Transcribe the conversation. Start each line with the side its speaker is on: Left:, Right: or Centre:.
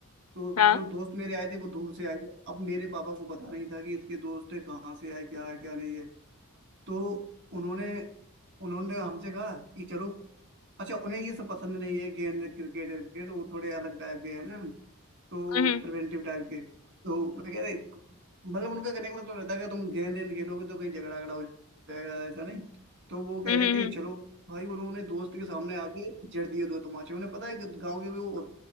Right: तो
Left: हाँ
Right: जो दोस्त मेरे आए थे वो दूर से आए थे अब मेरे पापा को पता नहीं था कि इसके दोस्त कहाँ से आए क्या है क्या नहीं है तो उन्होंने उन्होंने हमसे कहा कि चलो अच्छा उन्हें ये सब पसंद नहीं है गेंद क्रिकेट क्रिकेट वो थोड़े अलग टाइप के हैं ना तो
Left: हम्म
Right: प्रिवेंटिव टाइप के तो मैं कह रहा मतलब उनका कहने का मतलब रहता है कि तुम गेंद वेंद खेलोगे तो कहीं झगड़ा झगड़ा हो जाएगा ऐसा नहीं तो वो कह
Left: हम्म
Right: रहे
Left: हम्म
Right: थे
Left: हम्म।
Right: कि चलो भाई उन्होंने दोस्त के सामने आके जड़ दिए दो तमाचे उन्हें पता है कि गाँव के वो